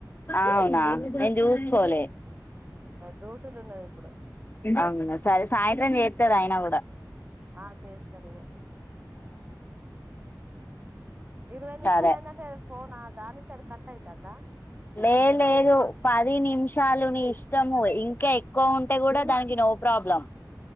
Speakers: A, on the left; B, on the right.
A: అనా జూస్కోలే
B: డ్యూటీలు ఉన్నది ఇప్పుడు
A: అవునా స సాయంత్రం అయినా కూడా
B: ఆ చేస్తారు ఇగ ఇరవై నిమిషాలు
A: సరే
B: అయిందంటే ఫోన్ దానిచ్చాడు కట్ అయితందా చి
A: లే
B: ఇరవై అంటనా
A: లేదు పది నిమిషాలుని ఇష్టము ఇంకా ఎక్కువ ఉంటే కూడా దానికి నో ప్రాబ్లం